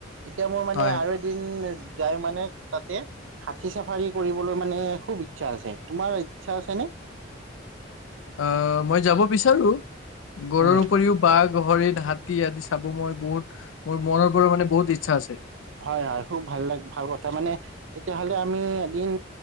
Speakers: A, on the right; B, on the left.
A: এতিয়া মোৰ মানে
B: হয়
A: আৰু এদিন। যাই মানে তাতে হাতি চাফাৰী কৰিবলৈ মানে খুব ইচ্ছা আছে তোমাৰ ইচ্ছা আছেনে।
B: আহ মই যাব বিচাৰো। গড়ৰ
A: উম।
B: উপৰিও বাঘ। হাতী আদি চাব মই বহুত মোৰ মনৰ পৰা মানে বহুত ইচ্ছা আছে।
A: হয় হয় খুব ভাল ল ভাল কথা মানে তেতিয়াহলে আমি এদিন